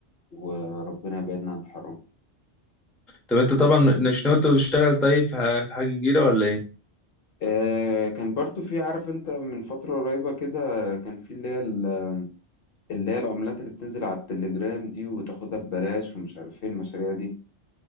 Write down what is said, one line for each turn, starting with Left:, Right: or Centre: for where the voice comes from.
Left: وربنا يبعدنا عن الحرام
Centre: طب انت طبعا مش ناوي تشتغل طيب في ح- في حاجه جديده ولا ايه
Left: آه كان برضو في عارف أنت من فترة قريبة كده كان في اللي هي ال- اللي هي العملات اللي بتنزل على التليجرام دي وتاخدها ببلاش ومش عارف إيه المشاريع دي